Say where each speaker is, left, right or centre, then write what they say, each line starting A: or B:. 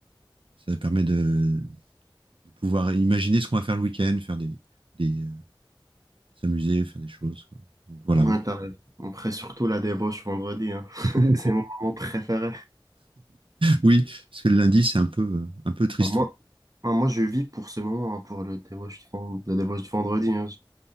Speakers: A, on the right (about 85°); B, on the right (about 45°).
A: ça permet de, de pouvoir imaginer ce qu'on va faire le week-end, faire des, des, euh, s'amuser, faire des choses. quoi. Donc voilà.
B: Ouais, t'as raison. Après, surtout la débauche vendredi, hein. <laughs>
A: <laughs>
B: C'est mon moment préféré.
A: Oui, parce que le lundi, c'est un peu, euh, un peu tristou.
B: Enfin, Moi, enfin, moi, je vis pour ce moment, hein, pour le débauche de, ven- la débauche de vendredi. hein.